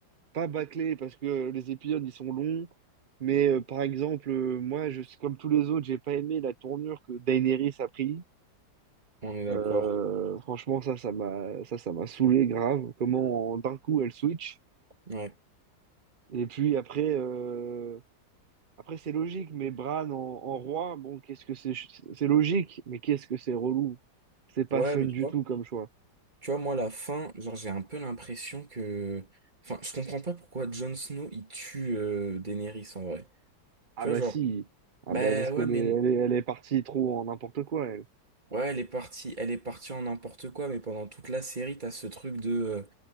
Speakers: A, on the right (about 60°); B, on the right (about 25°).
A: pas bâclés, parce que les épisodes, ils sont longs. Mais euh, par exemple, euh, moi, je, comme tous les autres, j'ai pas aimé la tournure que Daenerys a pris.
B: On est d'accord.
A: Euh, franchement, ça, ça m'a, ça, ça m'a saoulé grave. Comment en- d'un coup elle switch.
B: Ouais.
A: Et puis après, euh, après c'est logique, mais Bran en, en roi, bon, qu'est-ce que c'est, ch- c'est logique, mais qu'est-ce que c'est relou. C'est pas
B: Ouais,
A: fun
B: mais
A: du
B: tu vois,
A: tout comme choix.
B: tu vois, moi, la fin, genre, j'ai un peu l'impression que, enfin, je comprends pas pourquoi Jon Snow, il tue euh, Daenerys, en vrai.
A: Ah
B: Tu vois,
A: bah
B: genre,
A: si, ah
B: Bah
A: bah parce qu'elle
B: ouais, mais
A: est, elle est, elle est partie trop en n'importe quoi, elle.
B: ouais, elle est partie, elle est partie en n'importe quoi, mais pendant toute la série, t'as ce truc de euh,